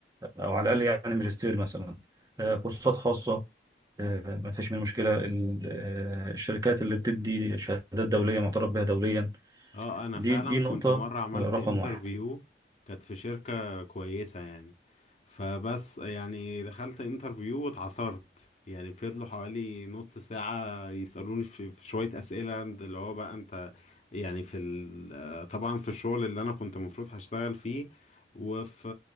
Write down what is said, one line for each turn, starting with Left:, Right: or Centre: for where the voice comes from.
Right: او على الاقل يعني ماجستير مثلا آه، كورسات خاصه آه، ما فيش منها مشكله ال- آه، الشركات اللي بتدي شهادات دوليه معترف بها دوليا
Left: اه انا
Right: دي
Left: فعلا
Right: دي نقطه
Left: كنت مرة عملت
Right: آه، رقم
Left: انترفيو
Right: واحد
Left: كانت في شركة كويسة يعني فبس يعني دخلت انترفيو واتعصرت يعني فضلوا حوالي نص ساعة يسألوني في في شوية أسئلة اللي هو بقى انت يعني في ال... طبعا في الشغل اللي انا كنت المفروض هشتغل فيه وفي